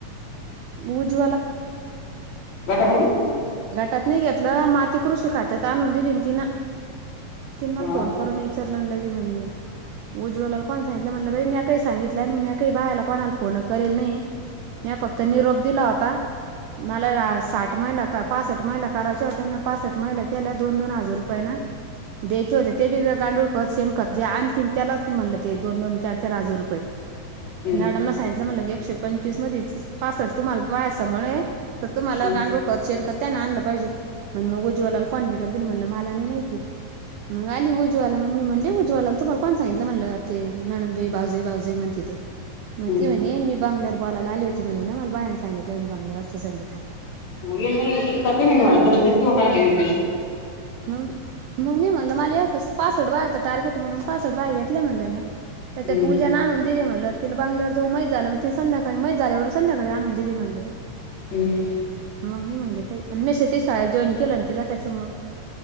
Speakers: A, on the right; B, on the left.
A: उज्वला
B: घट म्हज
A: गटात नाही घेतलं माती कृषी खात्यात आणून दिली ना ति ना तिन मला
B: हाव
A: फोन
B: का
A: करून विचारलान लगे म्हणे उज्ज्वला कोण सांगितलं म्हणलं बाई म्या काही सांगित ल्याने म्या काही बाहायला कोणाला फोन करेल नाही म्या फक्त निरोप दिला होता. ना साठ महिला का पासष्ट महिला काररााच्या होते पासष्ट महिला केल्या दोन दोन हजार रुपये ना द्यायचे होते ते बी गांडूळ खत शेणखत जे आणतील त्यालाच म्हणलं ते दोन दोन चार चार हजार रुपये पय
B: हम्म
A: मॅडमना सांगितलं म्हटलं की एकशे पंचवीस मध्ये पासष्ट तुम्हाला बायस म्ह तर तुम्हाला
B: हम्म
A: गा ोखत शेरकत त्याना आणलं पाहिजे म्हण मग उज्वला कोणरा दिली म्हणलं मला नाही माहिती, मग आली उज्वाला मग मी म्हणले उजवाला त मला कोण सांगितलं म्हटलं ते नणंदबाई बावजई बावज म्हण तिथं मग
B: हम्म
A: तेी म्हणे मी बांल्यावर बोय आली होती म्हणे ना मला बायां सांगितलं बांल्यावरच्या संांगित
B: येल नाही येईल का तू् मा तू काय दे त
A: मग मग मी म्हणल मला पासवड बायाचं टार्गेट म्हणून पासवड बाय घेतले म्हणले ना त्याच्यात
B: हम्म
A: तूझ्या ना आणून दिले म्हटलं तिला बंगल्यावर जो मजत झालं मग त संध्याका काही मजत झाल्यावर संध्याकाळी आणून दिली म्हणलं.
B: हम्म
A: मग मी म्हणले का आणि मी शेती शाळला जॉईन केलं ना तला त्याच्यामुळ